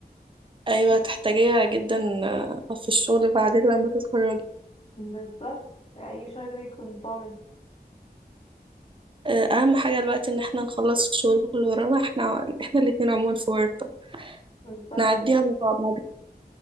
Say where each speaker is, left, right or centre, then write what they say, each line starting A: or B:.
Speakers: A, on the right; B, on the left.
A: ايوه تحتاجيها جدا آه، في الشغل بعدين لما تتخرجي
B: بالظبط في اي شغل بيكون طالب
A: آه، اهم حاجه دلوقتي ان احنا نخلص الشغل اللي ورانا احنا احنا الاتنين عموما في ورطه
B: بالظبط
A: نعديها مع بعض